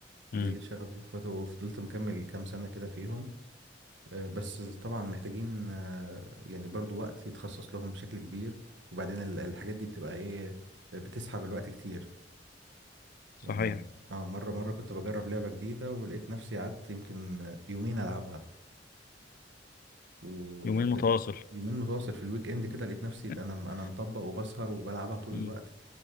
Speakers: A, on the left; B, on the right.
A: امم
B: جالي شغف بيهم فترة وفضلت مكمل كام سنة كده فيهم آه، بس طبعا محتاجين آه، يعني برضو وقت يتخصص لهم بشكل كبير وبعدين ال- الحاجات دي بتبقى ايه آه، بتسحب الوقت كتير
A: صحيح
B: يعني اه مرة مرة كنت بجرب لعبة جديدة ولقيت نفسي قعدت يمكن آه، يومين ألعبها وكان
A: يومين متواصل
B: يومين متواصل في الويك اند كده لقيت نفسي
A: <laughs>
B: انا انا مطبق وبسهر وبلعبها طول
A: امم
B: الوقت